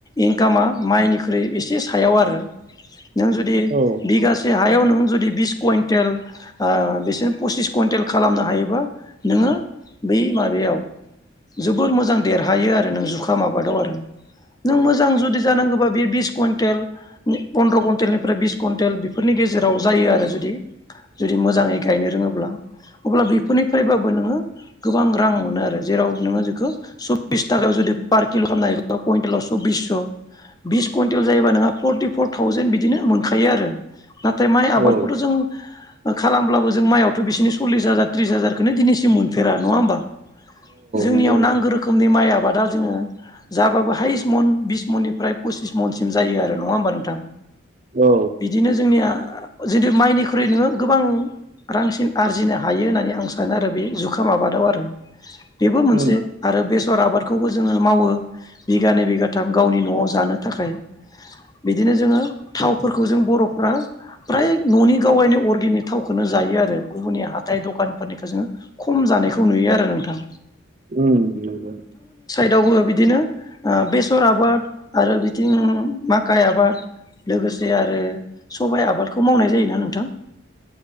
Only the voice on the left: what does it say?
इनकामा गो माइनिख्रुइ एसे सायाव आरो नों जुदि
बिगासे हायाव नो जुदि बिस कुइन्टेल बिसोर पसिस कुइन्टेल खालामनो हायोबा नोङो बै माबायाव जोबोर मोजां देरहायो आरो नों जुखाम आबादाव आरो। नों मोजां जुदि जानांगौबा बे बिस कुवइन्टेल पन्द्र' कुइन्टेलनिफ्राय बिस कुइन्टेल बेफोरनि गेजेराव जायो आरो जुदि जुदि मोजाङै गायनो रोङोब्ला। अब्ला बेफोरनिफ्रायबाबो नोङो गोबां रां मोनो आरो जेराव नोङो बेखौ सब्बिस थाखा जुदि पार किल' खालामनो हायोबा कुइन्टेलाव सब्बिस' बिस कुइन्टेल जायोबा नोंहा फरटिफर थावजेन बिदिनो मोनखायो आरो। नाथाय माइ आबादखौथ'
जों खालामब्लाबो जों माइआवथ' बिसिनि सल्लिस हाजार त्रिस हाजारखौनो दिनैसिम मोनफेरा नङा होमबा? जोंनियाव
नांगौ रोखोमनि माइ आबाद दा जोङो जाबाबो हायेस्ट मन बिस मननिफ्राय पसिस मनसिम जायो आरो। नङा होमबा नोंथां?
बिदिनो जोंनिया जेथु माइनिख्रुइ नोङो गोबां रांसिन आरजिनो हायो होननानै आं सानो आरो बे जुखाम आबादाव आरो। बेबो मोनसे
आरो बेसर आबादखौबो जोङो मावो बिगानै बिगाथाम। गावनि न'आव जानो थाखाय। बिदिनो जोङो थावफोरखौ जों बर'फ्रा प्राय न'नि गावायनि अर्गेनिक थावखौनो जायो आरो गुबुननि हाथाय दखानफोरनिखौ जोङो खम जानायखौ नुयो आरो नोंथां।
दावबो बिदिनो बेसर आबाद आरो बिथिं माकाइ आबाद लोगोसे आरो सबाइ आबादखौ मावनाय जायोना नोंथां।